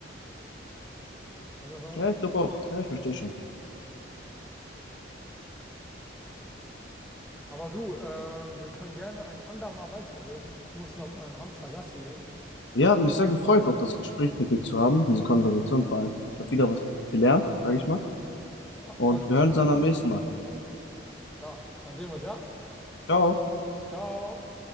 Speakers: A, in the centre; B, on the left.
A: Weißt du, was ich meine?
B: Ja, ich glaube auch. Ja, ich verstehe schon.
A: Aber du, ähm, wir können gerne ein andermal weiterreden. Ich muss noch mit meinem Hamster Gassi gehen.
B: Ja, hat mich sehr gefreut, auch das Gespräch mit dir zu haben, diese Konversation vor allem. Ich habe wieder was gelernt, sage ich mal.
A: Ah, freut
B: Und
A: mich
B: wir hören
A: immer.
B: uns dann am nächsten Mal.
A: Klar, dann sehen wir uns, ja?
B: Ciao.
A: Ciao.